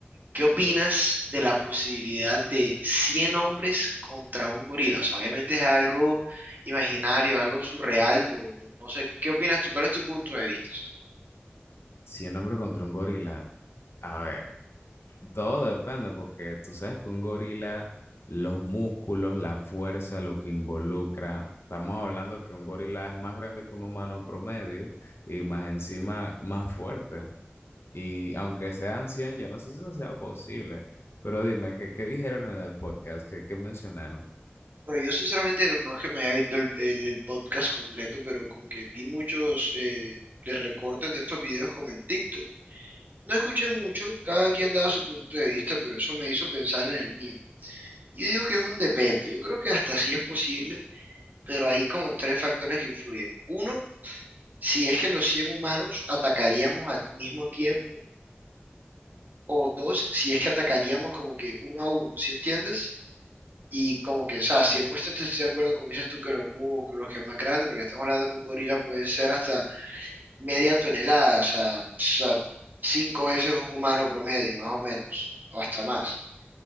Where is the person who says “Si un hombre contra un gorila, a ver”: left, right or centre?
Left